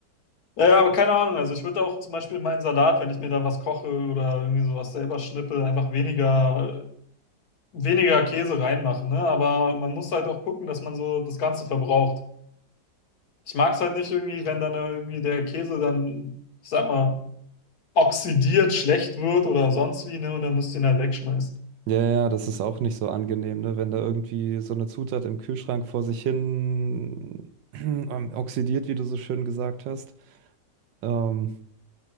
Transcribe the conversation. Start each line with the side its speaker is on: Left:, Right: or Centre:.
Left: Ja, ja, aber keine Ahnung. Also ich würde auch zum Beispiel meinen Salat, wenn ich mir da was koche oder irgendwie sowas selber schnippel, einfach weniger, weniger Käse reinmachen, ne? Aber man muss halt auch gucken, dass man so das Ganze verbraucht. Ich mag es halt nicht irgendwie, wenn dann irgendwie der Käse dann, ich sag mal, oxidiert, schlecht wird oder sonst wie, ne? Und dann musst du ihn halt wegschmeißen.
Right: Ja, ja, das ist auch nicht so angenehm, ne? Wenn da irgendwie so eine Zutat im Kühlschrank vor sich hin <clears throat> ähm, oxidiert, wie du so schön gesagt hast, ähm,